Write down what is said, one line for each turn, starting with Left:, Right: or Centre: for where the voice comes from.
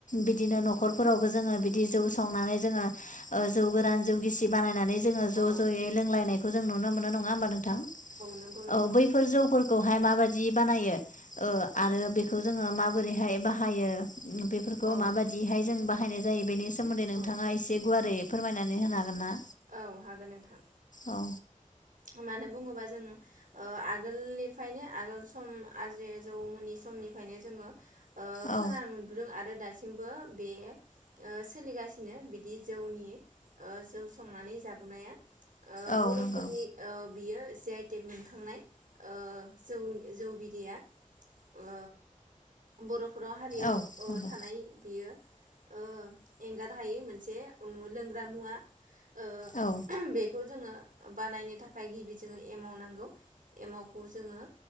Left: बिदिनो न'खरफोरावबो जों बिदि संनानै जोङो जौ गोरान जौ गिसि बानायनानै जोङो ज'
Right: औ
Left: ज'यै लोंलायनाय खो जों नुनो मोनो नङा होमबा नों थां औ
Right: नंगौ नोंथां
Left: बैफोर जौफोर खौहाय माबायदि बानायो? ओ आरो बेखौ जोङो माबोरैहाय बाहायो? बेफोरखौ
Right: औ
Left: माबायदिहाय जों बा हायनाय जायो बेनिस सोमोन्दै नोंथाङा
Right: औ
Left: एसे गुवारै फोरमायनानै होनो हागोन ना?
Right: औ हागोन नोंथां।
Left: औ
Right: ओ मानो बुङोबा जों ओ आगोलनिफ्रायनो आगोल सम आजै आजौमोननि समनिफ्रायनो जोङो ओ
Left: औ
Right: खोनानो मोनबोदों आरो दासिमबो बे ओ सोलिगासिनो बिदि जौनि ओ जौ संनानै जाबोनाया ओ
Left: औ
Right: बर'फोरनि
Left: नंगौ
Right: ओ बियो जि आइ टेग मोनखांनाय ओ जौउन जौ बिदैया ओ बर' बर' हारियाव
Left: औ
Right: ओ
Left: नंगौ
Right: थानाय बियो ओ एंगार हायि मोनसे लोंग्रा मुवा ओ
Left: औ
Right: बेखौ जोङो बानायनो थाखाय गिबि जोङो एमाव नांगौ एमावखौ जोङो